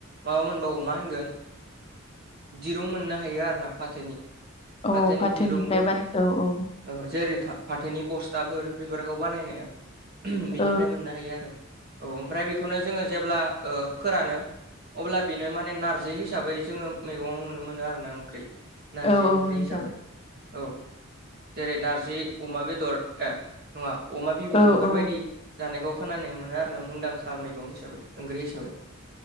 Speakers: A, on the right; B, on the left.
A: माबा मोनबावो मा होनगोन। दिरुं मोननो हायो आरोना फाथोनि। फाथोनि
B: औ फाथोनिफ्राय
A: दिरुं
B: बानाय औ औ।
A: औ जेरै फा-फाथोनि बस्थाफोर बेफोरखौ बानायनाया। बेनिफ्राय
B: औ
A: मोननो हायो आरो। औ ओमफ्राय बेखौनो जोङो जेब्ला फोरानो। अब्ला बेनो माने नारजि हिसाबै जोङो मैगङाव नुनो मोनो आरोना ओंख्रि। नारजि
B: औ औ
A: ओंख्रि
B: नोंथां
A: हिसाबै <inaudible> औ जेरै नारजि अमा बेदर ए नङा अमा बिबु
B: औ
A: बेफोरबायदि
B: औ
A: जानायखौ खोनानानै मोनो आरोना मुंदांखा मैगं हिसाबै ओंख्रि हिसाबै।